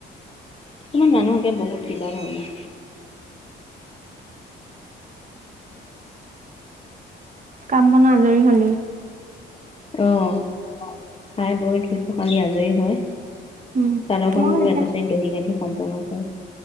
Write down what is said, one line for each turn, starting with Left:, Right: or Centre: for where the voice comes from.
Left: কিছুমান মানুহগে বহুত কিবা ধৰণে
Right: কাম বনা আজৰি হলি
Left: আহ খাই বৈ ধুই পখালি আজৰি হয়
Right: উম,
Left: চাদৰ খন
Right: মই
Left: বোলো
Right: এতিয়া
Left: এটা চাইদ দহি গাঠি সম্পূৰ্ণ হল